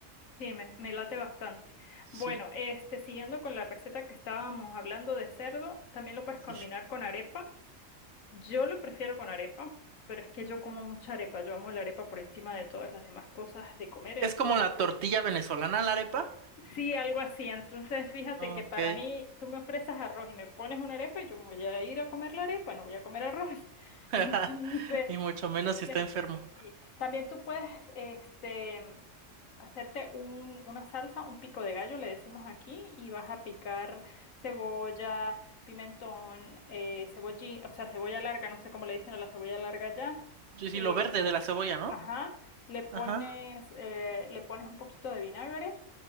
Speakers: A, on the left; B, on the right.
A: Sí, me, me late bastante.
B: Sí,
A: Bueno, este, siguiendo con la receta que estábamos hablando de cerdo, también lo puedes combinar
B: sí, sí.
A: con arepa Yo lo prefiero con arepa, pero es que yo como mucha arepa, yo amo la arepa por encima de todas las demás cosas de comer, entonces.
B: Es como la tortilla venezolana, la arepa
A: Sí, algo así. Entonces, fíjate
B: Ok.
A: que para mí, tú me ofreces arroz y me pones una arepa y yo me voy a ir a comer la arepa, no voy a comer arroz. <laughs>
B: <laughs>
A: Entonces,
B: Y mucho menos si
A: Bien.
B: está enfermo.
A: Sí. También tú puedes este, hacerte un, una salsa, un pico de gallo, le decimos aquí, y vas a picar cebolla, pimentón, eh, cebollín, o sea, cebolla larga, no sé cómo le dicen a la cebolla larga ya.
B: Sí, sí,
A: eh,
B: lo verde de la cebolla, ¿no?
A: ajá, le pones,
B: Ajá.
A: eh, le pones un poquito de vinagre